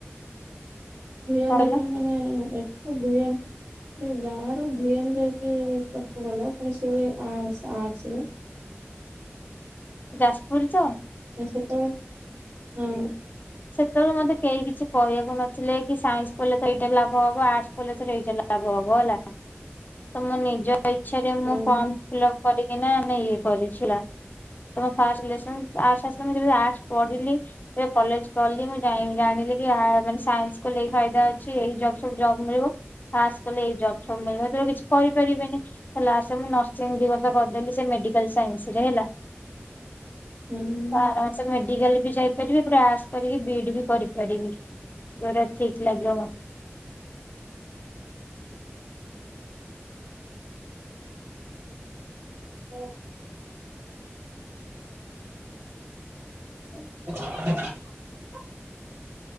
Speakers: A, on the right (about 70°); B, on the left (about 40°).
A: ଭି ଏନ୍
B: କଣ
A: ରେ
B: କହିଲ
A: ତ ମାନେ ଏଠୁ ଭି ଏନ୍ ଗାଁରୁ ଭି ଏନ୍ ଯାଇକି ପ୍ଲସ ଟୁ କଲ ଫୁଣି ସେ ଆର୍ଟ୍ସ ଆର୍ଟ୍ସ ରେ?
B: ଯାଜପୁର ତ
A: ସେ ତ ହୁଁ
B: ସେତବେଳୁ ମତେ କେହି କିଛି କହିବାକୁ ନଥିଲେ କି ସାଇନ୍ସ କଲେ ତ ଏଇଟା ଲାଭ ହବ ଆର୍ଟସ ପଢିଲେ ତତେ ଏଇଟା ଲାଭ ହବ। ହବ ହେଲା ତ ମୋ ନିଜ ଇଚ୍ଛାରେ
A: ହୁଁ
B: ମୁଁ ଫର୍ମ ଫିଲ ଅପ କରିକିନା ଆମେ ଇଏ କରିଛିଲା। ତ ମୋର ଫାଷ୍ଟ ସିଲେକ୍ସନ ଆର୍ଟ୍ସ ଆସିଲା ମୁ ଯେବେ ଆର୍ଟ୍ସ ପଢିଲି କଲେଜ୍ କଲି ମୁଁ ଜାଣି ଜାଣିଲି କି ମାନେ ସାଇନ୍ସ କଲେ ଏଇ ଫାଇଦା ଅଛି ଏଇ ଜବ ସବୁ ଜବ ମିଳିବ। ଆର୍ଟ୍ସ କଲେ ଏଇ ଜବ୍ ଫବ ମିଳିବ। ହେତେବେଲୁ କିଛି କରିପାରିବିନି ତ ଲାଷ୍ଟ୍ରେ ମୁଁ ନର୍ସିଂ ଦି ବର୍ଷ କରିଦେଲି ସେ ମେ ମେଡିକାଲ ସାଇନ୍ସ ରେ ହେଲା
A: <inaudible> ହୁଁ
B: ପୁରା ଆରାମସେ ମେଡିକାଲ ବି ଯାଇପାରିବେ ପୁରା ଆସ୍ କରିକି ବି ଇ ଡି ବି କରିପାରିବି ଯୋଉଟା ଠିକ ଲାଗିବ ମତେ।
A: <inaudible> ହଁ। <unintelligible>